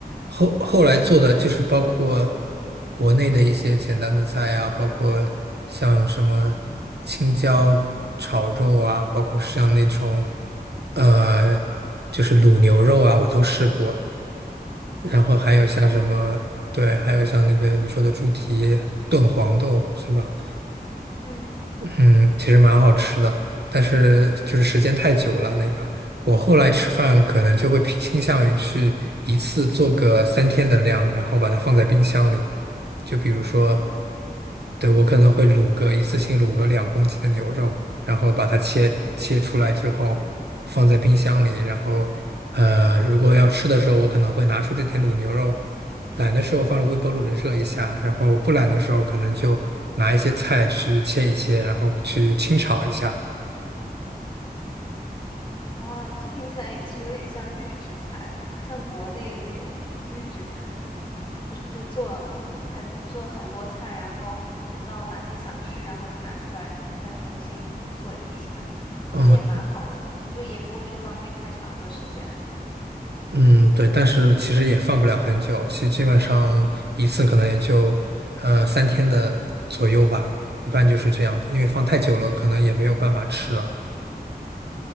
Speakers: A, on the right (about 85°); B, on the left (about 30°).
A: 后后来做的就是包括国内的一些简单的菜呀、包括像什么青椒炒肉啊，包括像那种呃就是卤牛肉啊，我都试过。然后还有像什么，
B: 啊，
A: 对，还有像那个你说的猪蹄炖黄豆是吧？
B: 嗯，
A: 嗯，其实蛮好吃的，但是就是时间太久了。那个，我后来吃饭可能就会偏倾向于去一次做个三天的量，然后把它放在冰箱里。就比如说，
B: 那
A: 对，
B: 嗯，
A: 我可能会卤个一次性卤个两公斤的牛肉，然后把它切切出来之后放在冰箱里，然后呃，如果要吃的时候，我可能会拿出这点卤牛肉，懒的时候放入微波炉里热一下，然后不懒的时候可能就拿一些菜去切一切，然后去清炒一下。
B: 哦，这听起来其实有点像预制菜，像国内那种预制菜，就是做很做很多菜，然后等到哪天想吃，然后再拿出来，再重新做一下，其实也蛮好的，
A: 嗯
B: 就也不会说浪费太长的时间。
A: 嗯，对，但是其实也放不了很久，其实基本上一次可能也就呃三天的左右吧，一般就是这样子，因为放太久了可能也没有办法吃了。
B: 嗯。